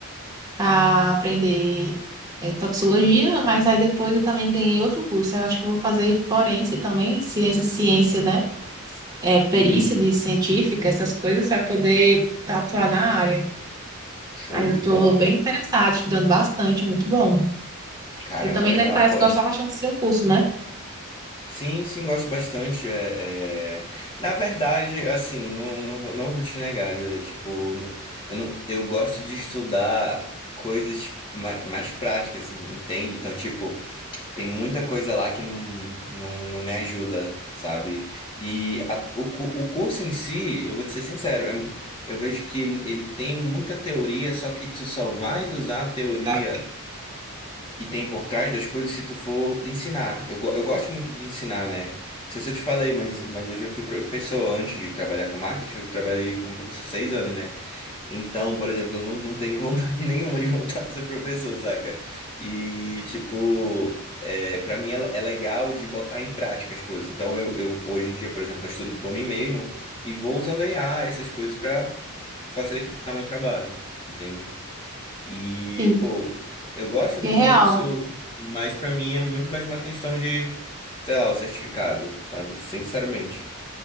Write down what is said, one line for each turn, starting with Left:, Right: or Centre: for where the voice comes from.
Right: para aprender eh, toxicologia, mas aí depois eu também ganhei outro curso. Eu acho que eu vou fazer forense também, ciência, ciência, né? É, perícia
Left: Uhum.
Right: de científica, essas coisas, para poder atuar na área.
Left: Show
Right: Aí eu
Left: de
Right: estou
Left: bola.
Right: bem interessada, estudando bastante, é muito bom.
Left: Caramba,
Right: Você também,
Left: legal,
Right: né, parece
Left: pô.
Right: que gostar bastante do seu curso, né?
Left: Sim, sim, gosto bastante. É, é... Na verdade, assim, não, não, vou- não vou te negar, Julia. Tipo, não- eu, não, eu gosto de estudar coisas ma- mais práticas, entende? Então, tipo, Tem muita coisa lá que não, não, não me ajuda, sabe? E a- o, cu- o curso em si, eu vou te ser sincero, é- eu vejo que ele, ele tem muita teoria, só que tu só vai usar a teoria
Right: Tá?
Left: que tem por trás das coisas se tu for ensinar. Eu, go- eu gosto muito de ensinar, né? Não sei se eu te falei, mas, mas eu já fui professor antes de trabalhar com marketing, eu trabalhei como professor seis anos, né? Então, por exemplo, eu não, não tenho vontade <laughs> nenhuma de voltar a ser professor, saca? E, tipo, é, para mim é, le- é legal de botar em prática as coisas. Então, eu, eu hoje em dia, por exemplo, eu estudo por mim mesmo e vou usando a IA, essas coisas, pra facilitar meu trabalho, entende? E,
Right: Sim,
Left: pô, eu gosto
Right: é
Left: do
Right: real.
Left: curso, mas pra mim é muito mais uma questão de, sei lá, o certificado, sabe? Sinceramente,